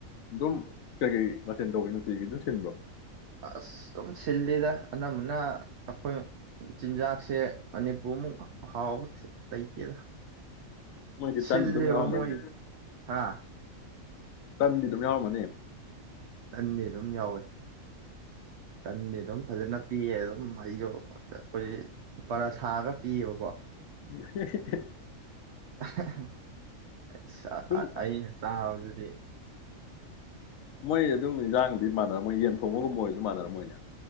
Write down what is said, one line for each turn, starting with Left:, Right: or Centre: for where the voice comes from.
Left: ꯑꯗꯨꯝ ꯀꯩꯀꯩ ꯃꯊꯦꯜ ꯇꯧꯋꯤ ꯅꯨꯡꯇꯤꯒꯤ ꯑꯗꯨꯝ ꯁꯤꯟꯕ꯭ꯔꯣ
Right: ꯑꯁ ꯑꯗꯨꯝ ꯁꯤꯜꯂꯤꯗ ꯑꯅꯝꯕꯅ ꯑꯩꯈꯣꯏ ꯆꯤꯟꯖꯥꯛꯁꯦ ꯃꯅꯤꯄꯨꯔꯃꯨꯛ ꯍꯥꯎꯕ ꯂꯩꯇꯦꯗ
Left: ꯃꯣꯏꯗꯤ
Right: ꯁꯤꯜꯂꯦꯕ
Left: ꯇꯟ ꯑꯗꯨꯝ ꯌꯥꯎꯔꯝꯃꯅꯤ
Right: ꯃꯣꯏ ꯍꯥ
Left: ꯇꯟꯗꯤ ꯑꯗꯨꯝ ꯌꯥꯎꯔꯝꯃꯅꯤ
Right: ꯇꯟꯗꯤ ꯑꯗꯨꯝ ꯌꯥꯎꯋꯦ ꯇꯟ ꯑꯗꯨꯝ ꯐꯖꯅ ꯄꯤꯌꯦ ꯑꯗꯨꯝ ꯑꯩꯖꯣ ꯑꯩꯈꯣꯏ ꯄꯔꯥꯊꯥꯒ ꯄꯤꯌꯦꯕꯀꯣ꯫
Left: <unintelligible>
Right: <unintelligible>
Left: ꯑꯗꯨꯝ
Right: ꯑꯩꯅ ꯆꯥꯕꯖꯤꯗꯤ꯫
Left: ꯃꯣꯏ ꯑꯗꯨꯝꯕ ꯏꯟꯖꯥꯡꯗꯤ ꯃꯥꯟꯅꯔꯝꯃꯣꯏ ꯌꯦꯟ ꯊꯣꯡꯕꯒꯨꯝꯕ ꯑꯣꯏꯔꯁꯨ ꯃꯥꯟꯅꯔꯝꯃꯣꯏꯅꯦ꯫